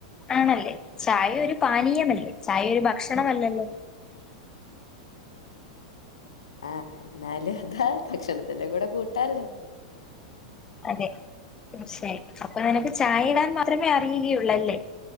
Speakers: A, on the left; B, on the left.
A: ആണല്ലേ ചായ ഒരു പാനീയ് നീയമല്ലേ ചായ ഒരു ഭക്ഷണമല്ല <unintelligible>
B: ആഹ് എന്നാലു അതാ ഭക്ഷണത്തിന്റെ കൂടെ കൂട്ടാല്ലോ
A: അതെ തീർച്ചയായിട്ടും അപ്പൊ നിനക്ക് ചായ ഇടാൻ മാത്രമേ അറിയുകയുള്ളൂ അല്ലേ